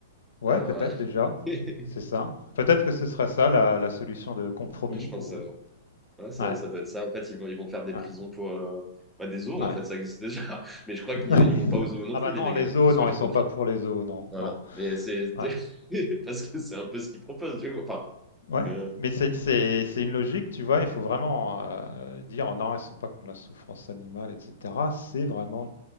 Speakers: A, on the left; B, in the centre.
A: Ouais,
B: Euh,
A: peut-être déjà,
B: <laughs>
A: c'est ça. Peut-être que ce serait ça la, la solution de compromis
B: je
A: pour
B: pense, euh,
A: eux.
B: ouais, ça,
A: Ouais.
B: ça doit être ça. En fait, ils vont, ils vont faire des
A: Ouais.
B: prisons pour euh, bah, des zoos,
A: ouais.
B: en fait, ça existe déjà. <laughs> Mais je crois
A: <laughs>
B: qu'ils ils vont pas aux zoos non
A: Ah
B: plus,
A: bah
B: les
A: non,
B: véganes,
A: les zoos,
B: de ce
A: non,
B: que j'ai
A: ils sont
B: compris.
A: pas pour les zoos, non,
B: Voilà.
A: non.
B: Mais c'est
A: Ouais.
B: <laughs> parce que c'est un peu ce qu'ils proposent, du coup. Enfin,
A: Ouais.
B: que-
A: Mais c'est c'est- c'est une logique, tu vois, il faut vraiment euh, dire non, ils sont pas contre la souffrance animale, etc. C'est vraiment